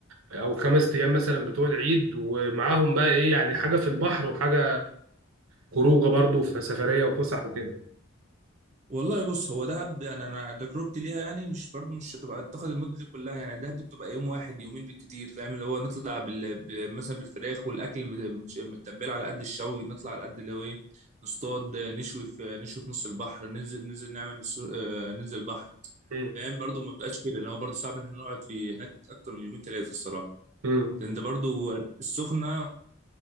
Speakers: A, on the right; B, on the right.
A: او خمس ايام مثلا بتوع العيد ومعاهم بقى ايه يعني حاجه في البحر وحاجه خروجه برضو في سفريه وفسح وكده
B: والله بص هو دهب يعني انا تجربتي ليها يعني مش برضو مش هتبقى تاخد المده دي كلها يعني دهب دي بتبقى يوم واحد يومين بالكتير فاهم اللي هو نطلع بال... ب- مثلا بالفراخ والاكل مت- متش- متبل على قد الشوي نطلع على قد اللي هو ايه نصطاد آه، نشوي في نشوي في نص البحر ننزل ننزل نعمل السو... آه، ننزل البحر
A: امم
B: فاهم برضو ما بتبقاش كده لان هو برضو صعب ان احنا نقعد في هناك اكتر من يومين ثلاثه الصراحه
A: امم
B: لان انت برضو السخنه